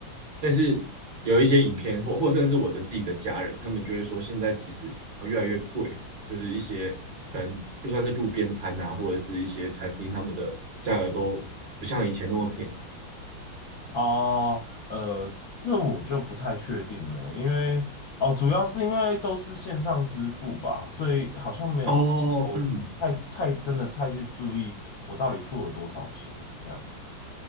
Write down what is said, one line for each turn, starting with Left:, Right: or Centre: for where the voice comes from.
Right: 但是有一些影片或或甚至我的自己的家人，他们就会说现在其实呃越来越贵了，就是一些可能就算是路边摊呐，或者是一些餐厅，他们的价格都不像以前那么便宜。
Left: 哦，呃，这我就不太确定了，因为哦，主要是因为都是线上支付吧，所以好像没有我太太真的太去注意我到底付了多少钱，
Right: 哦，嗯，
Left: 这样